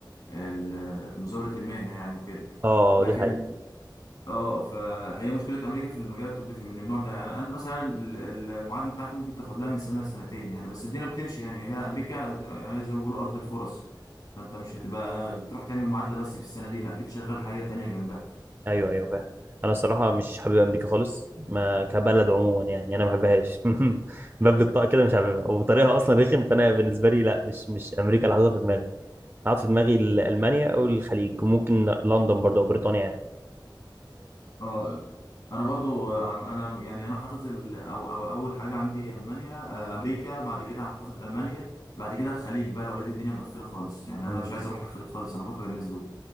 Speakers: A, on the left; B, on the right.
A: ال- مزاوله المهنه يعني وكده
B: اه
A: لكن
B: دي حقيقه
A: اه فهي مشكله امريكا في المجال الطبي في من النوع ده يعني انا مثلا ال- ال- المعادله بتاعتي ممكن تاخد لها من سنه لسنتين يعني بس الدنيا بتمشي يعني هي امريكا يعني زي ما بيقولوا ارض الفرص فانت مش هتبقى بتروح تعمل معادله بس في السنه دي لا اكيد شغال حاجه تانية جنبها
B: ايوه ايوه فاهم انا الصراحه مش حابب امريكا خالص ما كبلد عموما يعني انا ما بحبهاش <laughs> باب الطاقه كده مش حاببها وطريقها اصلا رخم فانا بالنسبه لي لا مش مش امريكا اللي حاططها في دماغي قعدت في دماغي المانيا او الخليج ممكن لندن برضه او بريطانيا يعني
A: اه انا برضو آم، انا يعني انا حاطط ال... أو... أو... اول حاجه عندي المانيا آه، امريكا بعد كده حاطط المانيا بعد كده الخليج بقى لو لقيت الدنيا مقفله خالص يعني انا
B: أم،
A: مش عايز اروح الخليج خالص انا بكره الناس دول